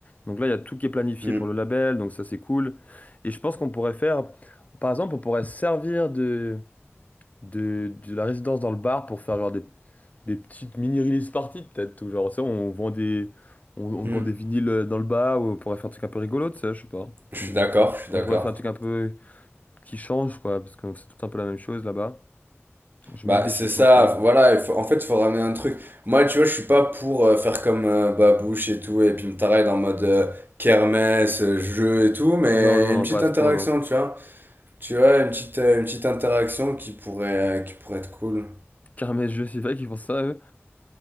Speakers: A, on the left (about 35°); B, on the right (about 45°).
A: Donc là, il y a tout qui est planifié
B: Mm,
A: pour le label, donc ça, c'est cool. Et je pense qu'on pourrait faire, par exemple, on pourrait servir de, de, de la résidence dans le bar pour faire genre des, des petites mini-release parties, peut-être, ou genre, tu sais, on vend des, on, on
B: mm.
A: vend des vinyles dans le bar, ou on pourrait faire un truc un peu rigolo, tu sais, je sais pas.
B: Je suis
A: On dit
B: d'accord,
A: des trucs comme-
B: je suis
A: on
B: d'accord.
A: pourrait faire un truc un peu qui change, quoi, parce que c'est tout un peu la même chose là-bas. Je
B: Bah,
A: me dis des
B: c'est
A: choses
B: ça,
A: comme ça.
B: voilà, il faut- en fait, il faut ramener un truc. Moi, tu vois, je suis pas pour euh, faire comme euh, Babouche et tout, et puis me tarer en mode euh, kermesse, euh, jeu et tout, mais
A: Non, non, non,
B: une petite
A: pas à
B: interaction,
A: ce point, non.
B: tu vois. Tu vois, une petite, euh, une petite interaction qui pourrait, euh, qui pourrait être cool.
A: Caramel jeux c'est vrai qu'ils font ça, eux.